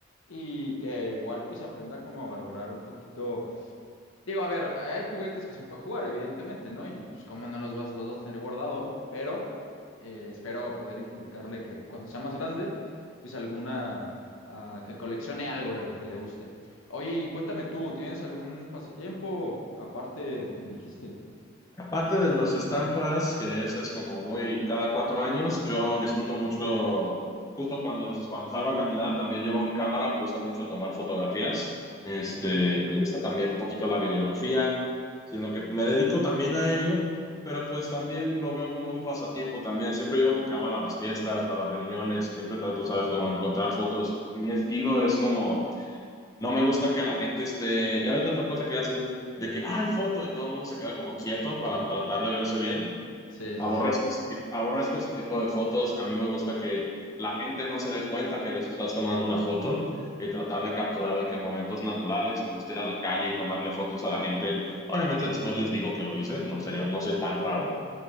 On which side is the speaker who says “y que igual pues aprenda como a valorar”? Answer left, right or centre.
Left